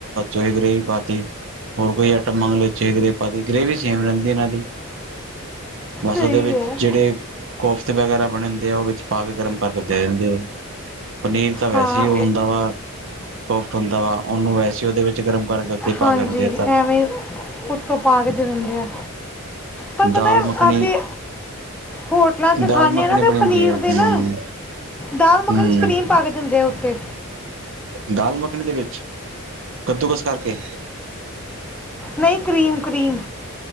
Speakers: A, on the right; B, in the centre.
A: ਵੀ ਗਰੇਵੀ ਪਾਤੀ ਹੋਰ ਕੋਈ ਆਈਟਮ ਮੰਗ <unintelligible> ਪਾਤੀ ਗ੍ਰੇਵੀ ਸੇਮ ਰੈਂਦੀ ਏਨਾ ਦੀ ਬਸ
B: ਸਹੀ
A: ਓਦੇ ਵਿਚ
B: ਹੈ
A: ਜੇੜੇ ਕੋਫਤ ਵਗੈਰਾ ਬਣੇ ਹੁੰਦੇ ਐ ਓ ਵਿੱਚ ਪਾ ਕੇ ਗਰਮ ਕਰਕੇ ਦੇ ਦਿੰਦੇ ਐ। ਪਨੀਰ ਤਾਂ ਵੈਸੇ
B: ਹਾਂ
A: ਈ ਓ ਹੁੰਦਾ ਵਾ ਸੋਫਟ ਹੁੰਦਾ ਵਾ ਓਨੂੰ ਵੈਸੇ ਇਦੇ ਵਿਚ ਗਰਮ ਕਰ ਓਦੀ <unintelligible>
B: ਹਾਂਜੀ <unintelligible> ਉੱਤੋਂ ਪਾ ਕੇ ਦੇ ਦਿੰਦੇ ਆ ਪਰ ਪਤੈ
A: ਦਾਲ ਮੱਖਣੀ
B: ਅਸੀ ਹੋਟਲਾ ਚ
A: ਦਾਲ
B: ਖਾਨੇ
A: ਮੱਖਣੀ
B: ਆ ਨਾ ਤੇ
A: ਬਣੀ ਹੁੰਦੀ
B: ਪਨੀਰ
A: ਹੈ
B: ਦੇ
A: ਹਮ
B: ਨਾ ਦਾਲ ਮੱਖਣੀ
A: ਹਮ
B: ਚ ਕਰੀਮ ਪਾ ਕੇ ਦਿੰਦੇ ਆ ਉੱਤੇ।
A: ਦਾਲ ਮੱਖਣੀ ਦੇ ਵਿਚ ਕੱਦੂਕਸ ਕਰਕੇ?
B: ਨਈ ਕਰੀਮ-ਕਰੀਮ